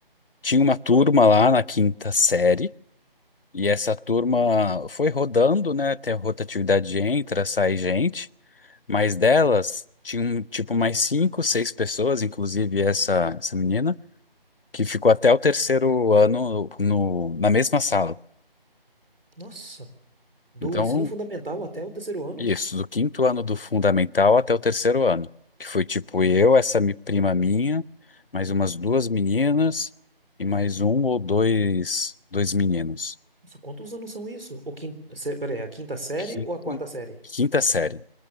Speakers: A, on the left (about 70°); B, on the right (about 70°).
A: Tinha uma turma lá na quinta série, e essa turma foi rodando, né? Tem a rotatividade de entra, sai gente, mas delas tinham tipo mais cinco, seis pessoas, inclusive essa, essa menina, que ficou até o terceiro ano no, na mesma sala.
B: Nossa, do
A: Então
B: ensino fundamental até o terceiro ano?
A: Isso, do quinto ano do fundamental até o terceiro ano, que foi tipo eu, essa mi- prima minha, mais umas duas meninas e mais um ou dois, dois meninos.
B: Nossa, quantos anos são isso? O quinto, peraí, a quinta série
A: Quinto-
B: ou a quarta série?
A: Quinta série.